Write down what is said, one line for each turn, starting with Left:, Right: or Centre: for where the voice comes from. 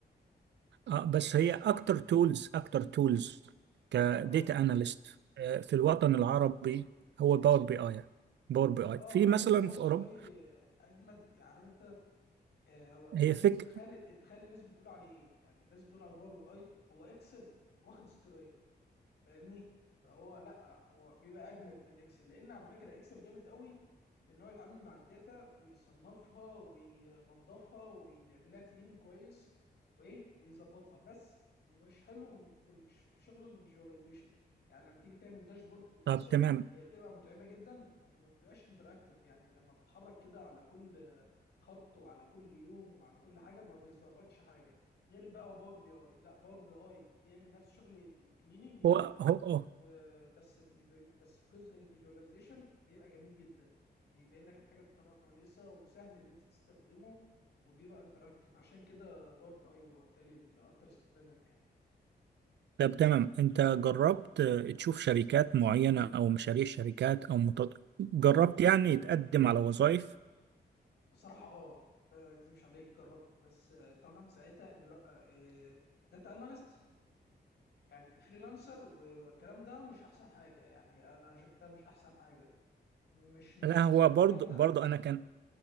Right: اه بس
Left: اتفضل
Right: هي اكتر تولز اكتر تولز كديتا
Left: اه
Right: اناليست في الوطن العربي هو باور بي اي باور بي اي
Left: اه
Right: في
Left: لان
Right: مثلا
Left: باور
Right: في
Left: بي
Right: اوروبا
Left: اي آه، اجمد عارف انت آه، هو
Right: هي
Left: ناس
Right: فك
Left: تخيل تخيل الناس بتقول عليه ايه يعني الناس بتقول على باور بي اي هو اكسل واخد استوري فاهمني فهو لا هو بيبقى اجمد من اكسل لان على فكره اكسل جامد قوي في ان هو يتعامل مع الداتا ويصنفها وينظفها ويعمل لها كليننج كويس وايه ويظبطها بس مش حلو في الش- في شغل الفيجواليزيشن يعني لما تيجي تعمل داشبورد بالاكسل
Right: طب تمام
Left: هي بتبقى متعبه جدا وما بتبقاش انتراكتيف يعني لما بتتحرك كده على كل خط وعلى كل يوم وعلى كل حاجه ما بيظهركش حاجه غير بقى باور بي اي لا باور بي اي بيعمل نفس شغل الكليننج ده
Right: هو هو هو
Left: وبس في الفي... بس في جزء الفيجواليزيشن بيبقى جميل جدا بيبين لك الحاجه بطريقه كويسه وسهل اللي انت تستخدمه وبيبقى انتراكتيف عشان كده باربي اي هو بالتالي الاكتر استخداما يعني
Right: طب تمام انت جربت آه، تشوف شركات معينة او مشاريع شركات او متط... جربت يعني تقدم على وظائف
Left: بصراحه اه ما اكذبش عليك جربت بس آه، طمنت ساعتها ان لا داتا اناليست يعني فريلانسر والكلام ده مش احسن حاجه يعني انا شفتها مش احسن حاجه مش مش
Right: لا هو
Left: مش
Right: برضه
Left: جامده
Right: برضه انا كان